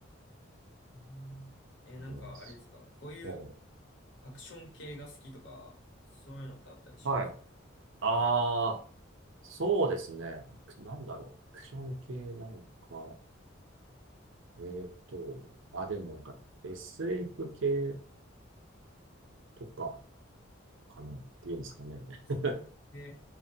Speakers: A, on the left; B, on the right.
A: うんえ、
B: そうなんですよ。
A: なんか、あれですかこういう
B: ええ、
A: アクション系が好きとか、そういうのってあったりします
B: はい。ああ、そうですね。アクなんだろう。アクション系なのか。えっと、あ、でもなんか SF 系とかかなっていうんですかね。
A: あ、
B: <laughs>
A: え、え、へ